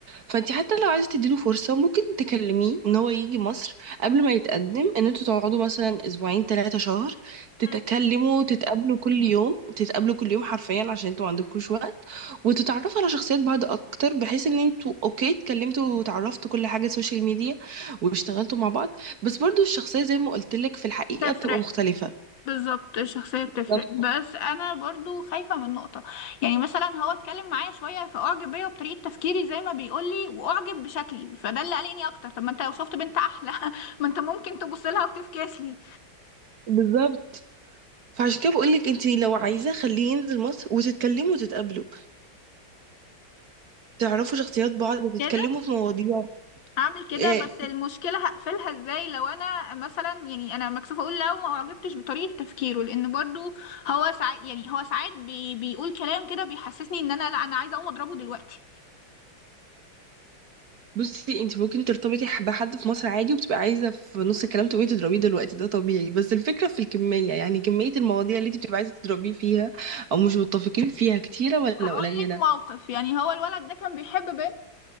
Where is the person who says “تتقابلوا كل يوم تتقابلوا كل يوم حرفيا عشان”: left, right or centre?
Right